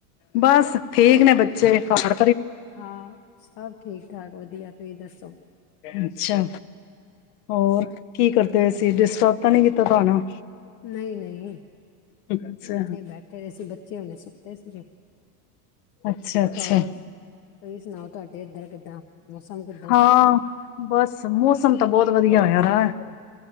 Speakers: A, on the left (about 70°); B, on the left (about 45°).
A: ਬਸ ਠੀਕ ਨੇ ਬੱਚੇ ਕਾਰ
B: ਹਾਂ ਸਭ ਠੀਕ ਠਾਕ ਵਧੀਆ ਤੁਸੀਂ ਦੱਸੋ?
A: ਅੱਛਾ ਹੋਰ ਕੀ ਕਰਦੇ ਅਸੀਂ ਡਿਸਟਰਬ ਤਾਂ ਨਹੀ ਕੀਤਾ ਤੁਹਾਨੂੰ
B: ਨਹੀਂ ਨਹੀਂ
A: ਅੱਛਾ
B: ਓਦਾਂ ਹੀ ਬੈਠੇ ਦੇ ਸੀ ਬੱਚੇ ਉਹਨ ਸੁੱਤੇ ਸੀਗੇ
A: ਅੱਛਾ ਅੱਛਾ
B: ਹੋਰ ਤੁਸੀਂ ਸੁਣਾਓ ਤੁਹਾਡੇ ਇੱਧਰ ਕਿੱਦਾਂ ਮੌਸਮ ਕਿੱਦਾਂ?
A: ਹਾਂ ਬਸ ਮੌਸਮ ਤਾਂ ਬਹੁਤ ਵਧੀਆ ਹੋ ਯਾਰ